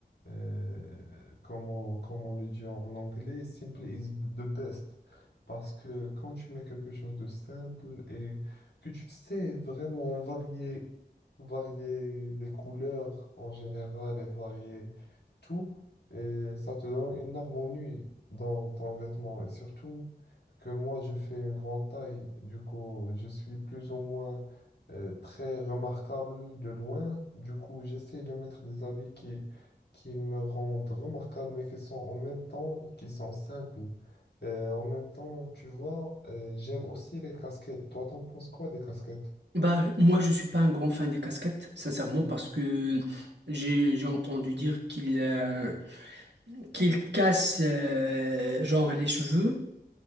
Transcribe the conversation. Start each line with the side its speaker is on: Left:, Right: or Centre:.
Left: euh, comme on, comme on le dit en anglais, simple is the best. Parce que quand tu mets quelque chose de simple et que tu sais vraiment varier, varier les couleurs en général et varier tout, et ça te donne une harmonie dans ton vêtement. Et surtout que moi, je fais une grande taille. Du coup, je suis plus ou moins euh, très remarquable de loin. Du coup, j'essaie de mettre des habits qui, qui me rendent remarquable, mais qui sont en même temps, qui sont simples. Euh, en même temps, tu vois, euh, j'aime aussi les casquettes. Toi, t'en penses quoi des casquettes?
Right: Bah, moi, je suis pas un grand fan des casquettes, sincèrement, parce que j'ai j'ai entendu dire qu'ils euh, qu'il casse euh, genre les cheveux.